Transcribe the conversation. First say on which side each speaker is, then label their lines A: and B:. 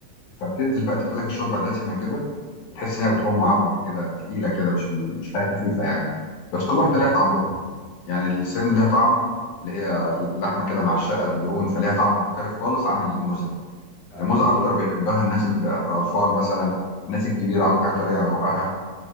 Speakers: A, on the left (about 75°); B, on the left (about 40°).
A: فبتنزل بقى تخليك الشوربه دسمه كده بتحس انها بترم عظمك كده تقيله كده مش مش حاجه خفيفه يعني بس كل
B: دي
A: واحده
B: خطيرة
A: ليها طعم يعني السن ليها طعم اللي هي لحمة كده معشقة الدهون فليها طعم مختلف خالص عن الموزة
B: آه،
A: الموزة
B: بالظبط
A: أكتر بيحبها الناس ال- الأطفال مثلا الناس الكبيرة عاوزة حاجة طرية على بقها